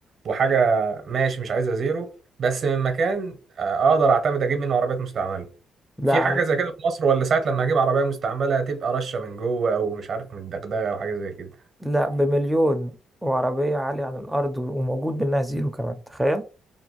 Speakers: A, on the right; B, in the centre.
A: وحاجه ماشي مش عايزها زيرو بس من مكان آه، اقدر اعتمد اجيب منه عربيات مستعمله
B: لا
A: في
B: عن...
A: حاجه زي كده في مصر ولا ساعه لما اجيب عربيه مستعمله هتبقى رشه من جوه او مش عارف من الدغدغه او حاجه زي كده
B: لا بمليون وعربية عالية عن الأرض وموجود منها زيرو كمان تخيل